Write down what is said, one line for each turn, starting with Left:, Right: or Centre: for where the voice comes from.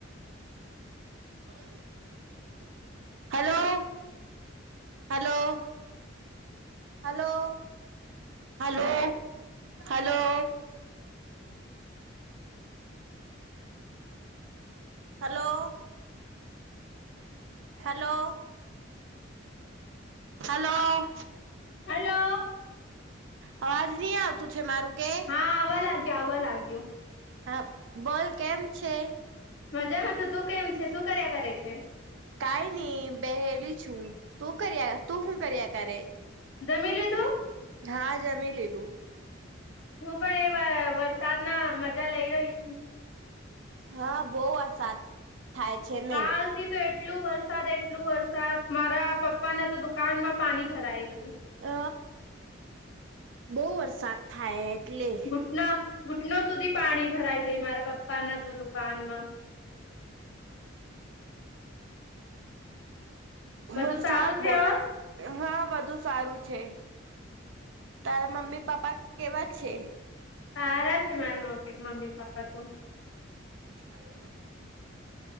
Right: ના આઇ hello hello hello hello hello hello hello hello
Left: hello
Right: અવાજ નહી આવતું છે મારું કે
Left: હા આવવા લાગ્યો આવવા લાગ્યો.
Right: હા બોલ કેમ છે?
Left: મજામાં છું તું કેમ છે શું કર્યા કરે છે?
Right: કઈ નઈ બેહેલી છું તું કર્યા તું શું કર્યા કરે?
Left: દમલ તો <unintelligible>
Right: હા જમી લીધું.
Left: હું પણ એ વરસાદ ના મજા લઈ રહી છું.
Right: હા બહ વરસાદ થાય છે ને.
Left: કાલ થી તો એટલું વરસાદ એટલું વરસાદ મારા પપ્પા ના તો દુકાનમાં પાણી ભરાઈ ગયું.
Right: હ બહ વરસાદ થાય એટલે.
Left: ઘટના ઘૂટનો સુધી પાણી ભરાઈ ગઈ મારા પપ્પા ના તો દુકાનમાં. બધું
Right: વરસાદ
Left: સારું છે
Right: બહ
Left: હવે
Right: હા બધું સારું છે, તારા મમ્મી પપ્પા કેવા છે.
Left: સારા છે, મારામ મમ્મી પપ્પા તો
Right: હરે